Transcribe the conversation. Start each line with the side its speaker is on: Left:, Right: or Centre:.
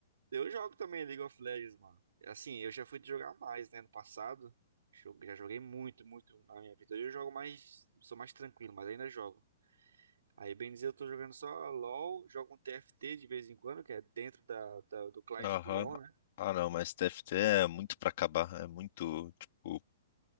Right: Eu jogo também League of Legends, mano. Assim, eu já fui jogar mais, né, no passado. Jogo- Já joguei muito, muito na minha vida. Hoje eu jogo mais, sou mais tranquilo, mas ainda jogo. Aí, bem dizer, eu tô jogando só LoL, jogo um TFT de vez em quando, que é dentro da, da- do cliente
Left: Aham.
Right: do LoL, né?
Left: Ah, não, mas TFT é muito pra acabar, é muito, tipo,